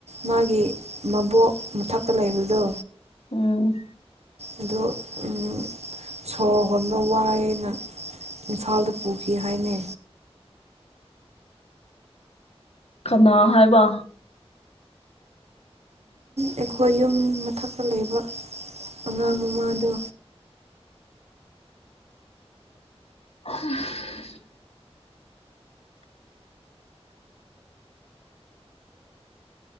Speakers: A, on the right (about 85°); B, on the left (about 70°).
A: ꯃꯥꯒꯤ ꯃꯕꯣꯛ ꯃꯊꯛꯇ ꯂꯩꯕꯗꯣ
B: ꯎꯝ
A: ꯑꯗꯣ ꯎꯝ ꯁꯣꯔ ꯍꯣꯟꯕ ꯋꯥꯏꯌꯦꯅ꯫ ꯏꯝꯐꯥꯜꯗ ꯄꯨꯈꯤ ꯍꯥꯏꯅꯦ꯫
B: ꯀꯅꯥ ꯍꯥꯏꯕ
A: ꯑꯩꯈꯣꯏ ꯌꯨꯝ ꯃꯊꯛꯇ ꯂꯩꯕ ꯑꯉꯥꯡ ꯃꯃꯥꯗꯣ꯫
B: ꯍꯝ